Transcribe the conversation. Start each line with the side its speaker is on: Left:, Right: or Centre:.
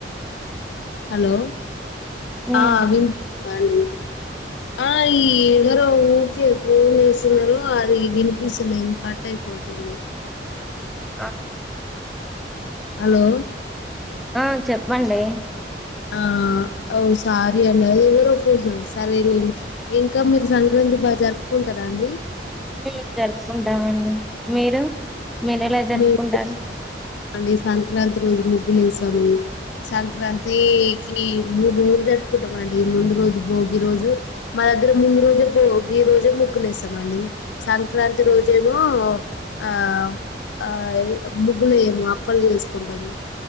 Left: హలో
Centre: ఉమ్,
Left: అ విన్ దండి ఆ ఈ ఎవరో ఓకే ఫోన్ చేస్తున్నారు అది వినిపిస్తలేదు కట్టయిపోతుంది.
Centre: ఆ
Left: హలో
Centre: ఆ చెప్పండి
Left: ఆ ఓ సారీ అండి అది ఎవరో పోసం సరేలేండి. ఇంకా మీరు సంక్రాంతి బా జరుపుకుంటార దాండి
Centre: అంటే జరుపుకుంటామండి మీరు మీరు ఎలా జరుపుకుంటారు?
Left: మేము అండి సంక్రాంతి రోజు ముగ్గులు వేసాము సంక్రాంతికి మూడు రోజులు జరుపుకుంటమండి. ఈ ముందు రోజు భోగి రోజు మా దగ్గర ముందు రోజే భోగి ఈ రోజే ముగ్గులేస్తామండి సంక్రాంతి రోజేమో ఆ ఆయ్ ముగ్గులు ఎయమా క్కలు చేసుకుంటాము